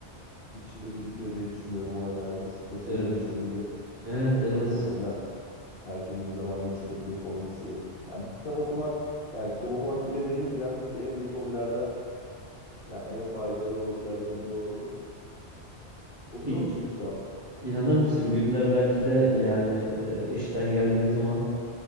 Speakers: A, on the left; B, on the right.
A: içinde birikiyor diye düşünüyorum o enerji. Strese
B: Evet.
A: dönüşüyor gibi.
B: Evet evet.
A: O yüzden herkesin bir zaman geçirecek bir hobisi. Ya bir kitap okumak, yani kitap okumak bile demeyeceğim çünkü en büyük hobilerden, yani en faydalı hobilerden biri olabilir. Okuyor
B: İn,
A: musun kitap?
B: inanır mısın günde belki de yani e, işten geldiğim zaman